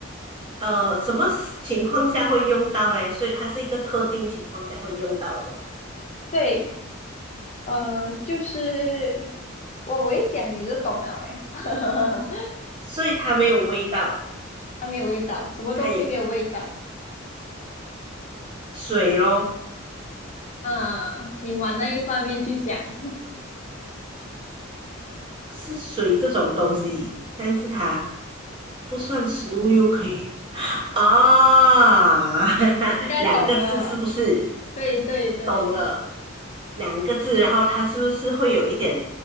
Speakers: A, on the right (about 25°); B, on the left (about 35°).
A: 呃什么情况下会用到嘞？所以它是一个特定情况下会用到的东西，
B: 对，呃，就是我我一讲你就懂了诶，<laughs>
A: 所以它没有味道，
B: 它没有味道，什么东西没有味道
A: 它也水咯，
B: 啊？你往那一方面去想，
A: 是水这种东西，但是它不算食物又可以啊，<laughs>
B: 应该懂了。
A: 两个字是不是？
B: 对对对，
A: 懂了，两个字，然后它是不是会有一点，